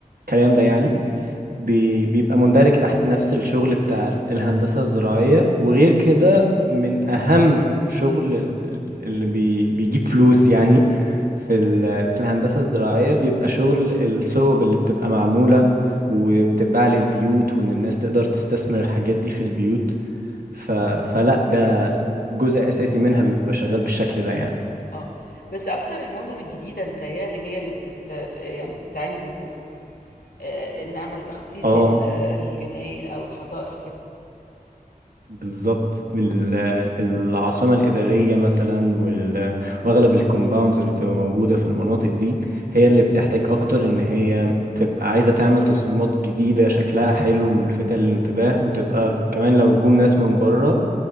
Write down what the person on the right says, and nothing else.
الكلام ده يعني بي- بيبقى مندرج تحت نفس الشغل بتاع ال- الهندسة الزراعية وغير كده من أهم شغل ال- ال- اللي بي بيجيب فلوس يعني في ال- في الهندسة الزراعية
بيبقى شغل الصوب اللي بتبقى معمولة وبتتباع للبيوت وإن الناس تقدر تستثمر الحاجات دي في البيوت ف...
فلا ده جزء أساسي منها بيبقى شغال بالشكل ده يعني
اه
بالظبط من ال- العاصمة الإدارية مثلا وال... وأغلب الكومباوندز اللي بتبقى موجودة في المناطق دي هي اللي بتحتاج أكتر إن هي تبقى عايزة تعمل تصميمات جديدة شكلها حلو وملفتة للانتباه وتبقى كمان لو جم ناس من بره